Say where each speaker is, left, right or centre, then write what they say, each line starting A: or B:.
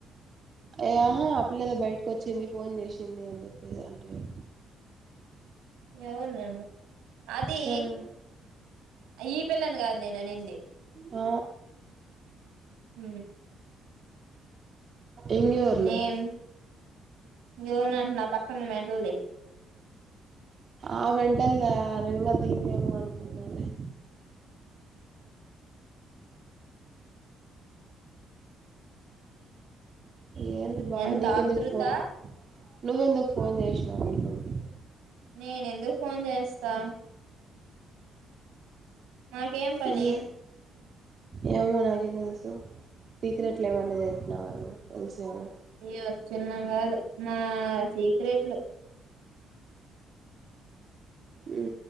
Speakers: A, on the right; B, on the right.
A: ఏ ఆహా అపిలేదో బయటకు వచ్చింది ఫోన్ చేసింది అని చెప్పి ఏదో అంటివే
B: అవునండి అది
A: సరే
B: ఈ పిల్లని కాదు నేను అనింది
A: ఆ
B: హ
A: ఇంగెవర్ని
B: నేను జోనంట నా పక్కన మెంటల్ ది
A: ఆ మెంటల్ దా నేను ఇంకా దీన్నేమో అనుకున్నాలే ఏంది బా
B: ఎంత
A: నీకెందుక్
B: ఆతృత
A: ఫోన్ నువ్వెందుకు ఫోన్ చేసినావు అనుకుంటి
B: నేన్ ఎందుక్ ఫోన్ చేస్తా స్తా నాకేం పనీ
A: ఏ ఏమో నాకేం తెలుసు సీక్రెట్లు ఏమనేది చెంటన్నావుమో తెలుసేమో
B: అయ్యో చిన్నం కాదు నా సీక్రెట్లు
A: ఉ